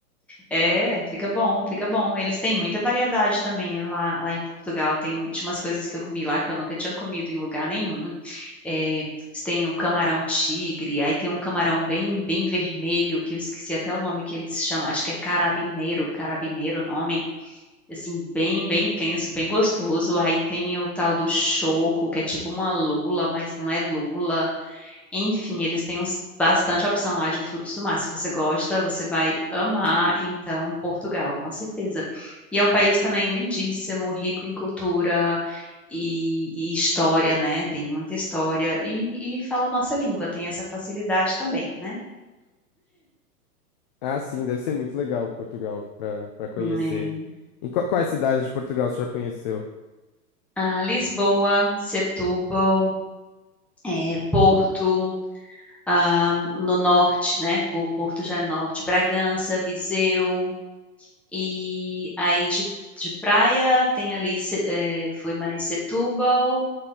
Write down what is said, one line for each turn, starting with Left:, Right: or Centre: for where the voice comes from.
Centre: É, fica bom, fica bom. Eles têm muita variedade também lá, lá em Portugal. Tem, um- tinha umas coisas que eu comi lá que eu nunca tinha comido em lugar nenhum. É, eles têm um camarão tigre, aí tem um camarão bem, bem vermelho, que eu esqueci até o nome que eles chamam, acho que é carabineiro, carabineiro o nome. Assim, bem, bem intenso, bem gostoso. Aí tem o tal do choco, que é tipo uma lula, mas não é lula. Enfim, eles têm uns, bastante opção lá de frutos do mar. Se você gosta, você vai amar, então, Portugal, com certeza. E é um país também lindíssimo, rico em cultura e, e história, né? Tem muita história e, e fala a nossa língua, tem essa facilidade também, né?
Left: Ah, sim, deve ser muito legal Portugal para para conhecer.
Centre: Hum, é.
Left: Em qua- quais cidades de Portugal você já conheceu?
Centre: Ah, Lisboa, Setúbal, é, Porto, ah, no norte, né? Po- Porto já é norte, Bragança, Viseu. E aí de, de praia tem ali, Se- eh, foi mais Setúbal,